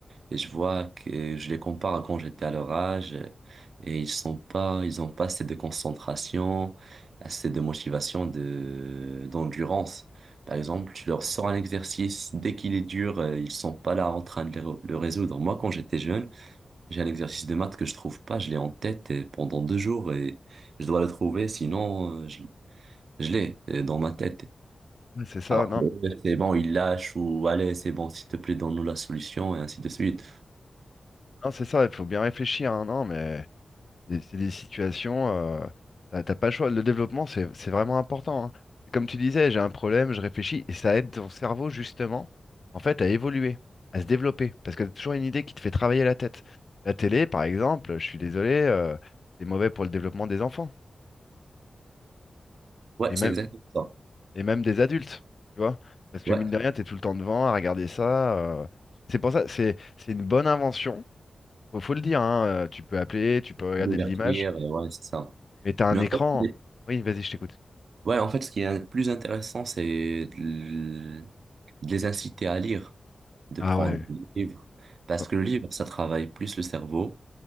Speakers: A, on the right; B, on the left.
A: Et je vois que je les compare à quand j'étais à leur âge euh, et ils sont pas, ils ont pas assez de concentration, assez de motivation, de, d'endurance. Par exemple, tu leur sors un exercice, dès qu'il est dur, euh, ils sont pas là en train de le le résoudre. Moi, quand j'étais jeune, j'ai un exercice de maths que je trouve pas, je l'ai en tête euh, pendant deux jours et je dois le trouver, sinon euh, je, je l'ai euh, dans ma tête.
B: Ouais, C'est ça,
A: Alors
B: non,
A: que, euh, c'est bon, ils lâchent ou allez, c'est bon, s'il te plaît, donne-nous la solution et ainsi de suite.
B: non, c'est ça, il faut bien réfléchir. hein. Non, mais. C'est c'est des situations, euh, t'as t'as pas le choix. Le développement, c'est c'est vraiment important. hein. C'est comme tu disais, j'ai un problème, je réfléchis, et ça aide ton cerveau justement, en fait, à évoluer, à se développer, parce que t'as toujours une idée qui te fait travailler la tête. La télé, par exemple, je suis désolé, euh, c'est mauvais pour le développement des enfants,
A: Ouais,
B: et même,
A: c'est exactement ça.
B: et même des adultes, tu vois, parce que
A: Ouais,
B: mine de rien, t'es tout le temps devant à regarder ça. euh. C'est pour ça, c'est c'est une bonne invention. Faut, faut le dire, hein, euh, Tu peux appeler, tu peux regarder
A: d'ouverture,
B: de l'image,
A: euh, ouais, c'est ça.
B: mais t'as un
A: Mais en
B: écran.
A: fait, les-
B: Oui, vas-y, je t'écoute.
A: ouais, en fait, ce qui est le plus intéressant, c'est de l- de les inciter à lire, de
B: Ah
A: prendre
B: ouais,
A: des livres. Parce
B: oh,
A: que le livre, ça travaille plus le cerveau,